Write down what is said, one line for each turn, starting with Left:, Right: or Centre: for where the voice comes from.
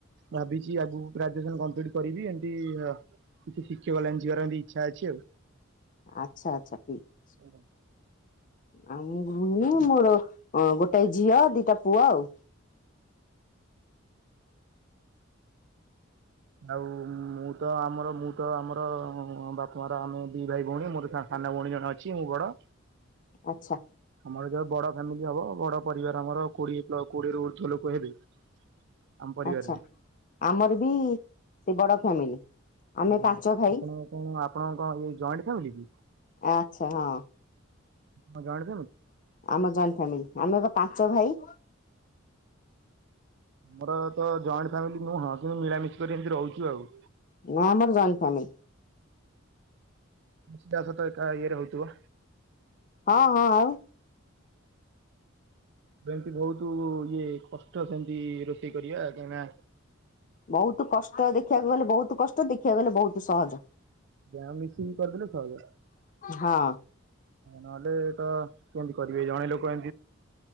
Right: ଭାବିଚି ଆଗ ଗ୍ରାଜୁଏସନ କମ୍ପଲିଟ କରିବି ଏମିତି କିଛି ଶିକ୍ଷକ ଲାଇନ୍ ଯିବାର ଇଚ୍ଛା ଅଛି ଆଉ।
Left: ଆଚ୍ଛା ଆଚ୍ଛା ଠିକ ଅଛି।
Right: ହ।
Left: ଆ ମୁ ଭୂଣୀ ମୋର ଗୋଟାଏ ଝିଅ ଦିଇଟା ପୁଅ ଆଉ।
Right: ଆଉ ମୁଁ ତ ଆମର ମୁଁ ତ ଆମର ବାପା ମା ର ଆମେ ଦି ଭାଇ ଭଉଣୀ ମୋର ସା ସାନ ଭଉଣୀ ଜଣେ ଅଛି, ମୁଁ ବଡ।
Left: ଆଚ୍ଛା।
Right: ଆମର ଯ ବଡ ଫ୍ୟାମିଲି ହବ ବଡ ପରିବାର ଆମର କୋଡିଏ କୋଡିଏ ର ଉର୍ଦ୍ଧ୍ୱ ଲୋକ ହେବେ ଆମ ପରିବାରରେ।
Left: ଆଛା ଆମର ବି ସେ ବଡ ଫ୍ୟାମିଲି। ଆମେ
Right: ଆଜ୍ଞା
Left: ପାଞ୍ଚ ଭାଇ
Right: ଆପଣ କଣ ଆପଣଙ୍କ ଇ ଜଏଣ୍ଟ୍ ଫାମିଲି କି?
Left: ଆଚ୍ଛା ହଁ।
Right: ଆଁ ଜଏଁଟ
Left: ଆମ ଜଏଣ୍ଟ ଫ୍ୟାମିଲି ଆମେ ପା ପାଞ୍ଚ ଭାଇ।
Right: ମୋର ତ ଜଏଣ୍ଟ୍ ଫାମିଲି ନୁହଁ କିନ୍ତୁ ମିଳାମିଶ କରି ଏମତି ରହୁଚୁ ଆଉ।
Left: ନା ଆମର ଜଏଣ୍ଟ୍ ଫ୍ୟାମିଲ।
Right: <unintelligible> ଏକା ହୋଉଥିବ।
Left: ହଁ ହଁ ଆଉ।
Right: ଏମତି ବୋହୁତ ଇଏ କଷ୍ଟ ସେମିତି ରୋଷେଇ କରିବା କାହି ନା
Left: ବୋହୁତ କଷ୍ଟ ଦେଖିବାକୁ ଗଲେ ବୋହୁତ କଷ୍ଟ ଦେଖିବାକୁ ଗଲେ ବୋହୁତ ସହଜ
Right: ଯ ମିଶିକି କରିଦେଲେ ସଇଲା
Left: ହଁ
Right: ନହେଲେ ତ କେମିତି କରିବି ଜଣେ ଲୋକ